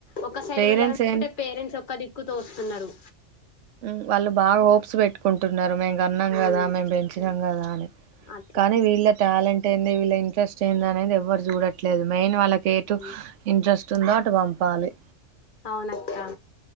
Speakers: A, on the left (about 50°); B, on the right (about 75°).
A: ఒక్క సైడ్
B: పేరెంట్స్
A: వెళ్ళాలనుకుంటే పేరెంట్స్ ఒక్క దిక్కు తోస్తున్నారు
B: ఉహ్ వాళ్ళు బాగా హోప్స్ పెట్టుకుంటున్నారు మేము కన్నాం
A: ఉమ్
B: కదా మేము పెంచినాం కదా అని
A: అట్లా
B: కానీ వీళ్ళ క్ టాలెంట్ ఏంది వీళ్ళ ఇంట్రెస్ట్ ఏంది అనేది ఎవరు చూడట్లేదు మెయిన్ వాళ్ళకి
A: ఉమ్
B: ఎటు ఇంట్రెస్ట్ చుందాటు పంపాలి
A: అవునక్కా